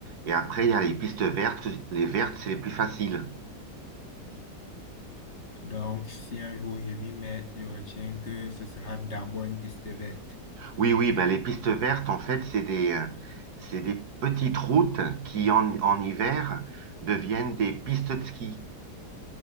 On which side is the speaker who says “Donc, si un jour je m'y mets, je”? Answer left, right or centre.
Left